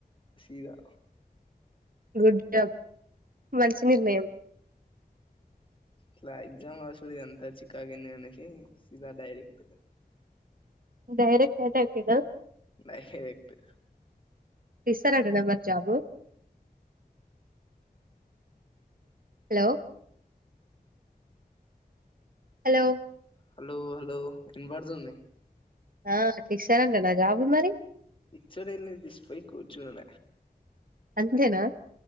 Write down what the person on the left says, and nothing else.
ఇగా
ఇలా ఎక్జామ్ వసుడుది అంత చికగేనే అనేసి సీదా డైరెక్ట్
న హకు
hello hello ఇనబడుతుంది
ఇచ్చడల్ జిష్ పై కూచుడ